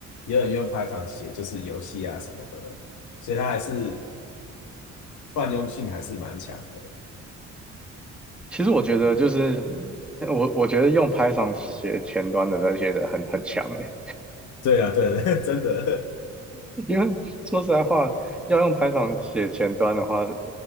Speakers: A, on the left; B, in the centre.
A: 也有人用 Python 写就是游戏啊什么的，所以它还是泛用性还是蛮强的。
B: 其实我觉得就是我我觉得用 Python 写前端的那些人很很强诶、
A: 对啊，对啊，<laughs> 真的。
B: 因为说实在话，要用 Python 写前端的话，